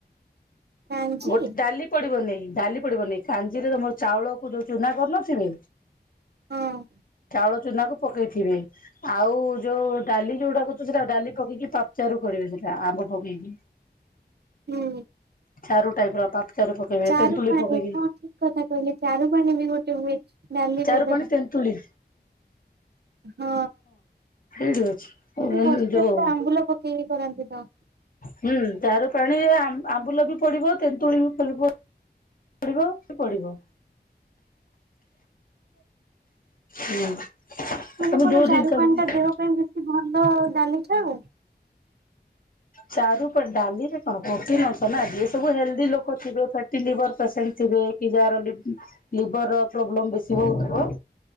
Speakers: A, on the right; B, on the left.
A: କାଞ୍ଜି
B: ଗୋଟେ ଡାଲି ପଡିବନି ଡାଲି। ପଡିବନି କାଞ୍ଜି ରେ ତମର ଚାଉଳକୁ ଯୋଉ ଚୁନା କରୁ ନଥିଲି।
A: ହଁ
B: ଚାଉଳ ଚୁନା କୁ। ପକେଇଥିବେ ଆଉ ଯୋଉ ଡାଲି ଯୋଉଟା କଉଛୁ ସେଟା ଡାଲି ପକେଇକି ପାଚାରୁ କରିବେ ସେଟା ଆମ୍ୱ। ପକେଇକି।
A: ହୁଁ।
B: ଚାରୁ ଟାଇପ ର ପାପଚାରୁ ପକେଇବେ
A: ଚାରୁ
B: ତେନ୍ତୁଳି
A: ପାଣି
B: ପକେଇକି
A: ହଁ ଠିକ୍ କଥା କହିଲେ ଚାରୁ ପାଣି ବି ଗୋଟେ ହୁଏ। ଡାଲି
B: ଚାରୁ
A: ବଦା
B: ପାଣି ତେନ୍ତୁଳି।
A: ହଁ।
B: ସେଇଠି ଅଛି
A: ଏଠି ହଷ୍ଟେଲ
B: ଯୋଉ
A: ରେ ଆମ୍ବୁଲ ପକେଇକି କରନ୍ତି ତ।
B: ହୁଁ ଚାରୁ ପାଣି ଆମ୍ ଆମ୍ବୁଲ ବି ପଡିବ ତେନ୍ତୁଳି ବି ପଡ଼ିବ। ପଢିବ ସବୁ ପଢିବ ହୁଁ।
A: ମାନେ
B: ତମେ
A: କଣ
B: ଯୋଉ
A: ଚାରୁ
B: ଜିନିଷ
A: ପାଣି ଟା ଦେହ ପାଇଁ ବେଶୀ ଭଲ ଡାଲି ଠାରୁ।
B: ଚାରୁ ପାଣି ଡାଲି ରେ କଣ ପ୍ରୋଟିନ ଅଂଶ ନା ଯିଏ ସବୁ ହେଲ୍ଦି ଲୋକ ଥିବେ ଫ୍ୟାଟି ଲିଭର ପେସେଣ୍ଟ ଥି ବେ କି ଯାହାର ଲି‌ ଲିଭର ର ପ୍ରୋବ୍ଲମ୍ ବେଶୀ ହୋଉଥିବ